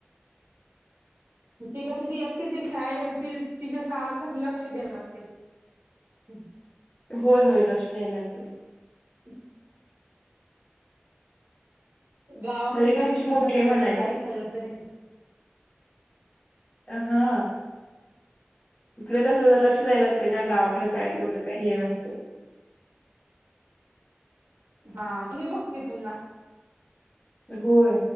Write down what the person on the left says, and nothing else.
होय होय लक्ष द्यायला लागत
तरी
तुमची
मोठे
म्हणायचं
हा इकडे कस ज लक्ष द्यायला लागतय ना गावाकडे काय एवढं काही हे नसतं
होय